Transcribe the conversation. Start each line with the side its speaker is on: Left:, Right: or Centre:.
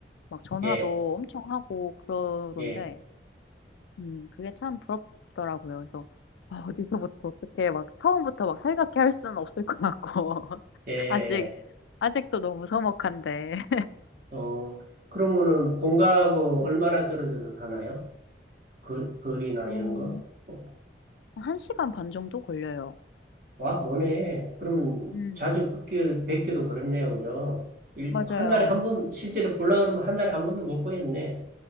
Left: 막 전화도
Right: 예,
Left: 엄청 하고 그러던데,
Right: 예,
Left: 음, 그게 참 부럽더라고요. 그래서, 아, 어디서부터 어떻게 막 처음부터 막 살갑게 할 수는 없을 것 같고, <laughs>
Right: 예, 예.
Left: 아직, 아직도 너무 서먹한데.
Right: 예. 어, 그러면은
Left: <laughs>
Right: 본가하고 얼마나
Left: 음,
Right: 떨어져서 사나요? 그, 거리나
Left: 어,
Right: 이런 거? 어,
Left: 한 시간 반 정도 걸려요.
Right: 와, 뭐네. 그러면
Left: 음,
Right: 자주 뵙게, 뵙기도 그렇네요. 그죠? 일,
Left: 맞아요.
Right: 한 달에 한 번, 실제로 보려 그러면 한 달에 한 번도 못 보겠네.